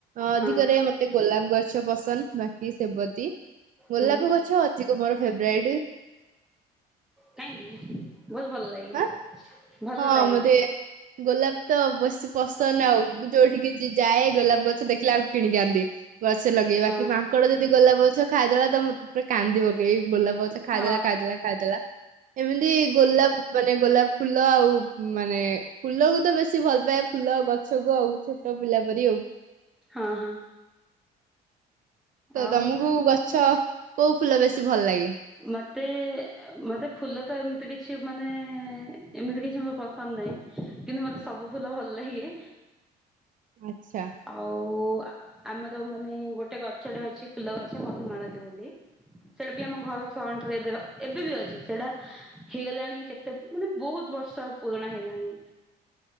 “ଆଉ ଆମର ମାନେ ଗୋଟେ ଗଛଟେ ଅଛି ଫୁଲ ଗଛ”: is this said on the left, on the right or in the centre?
Centre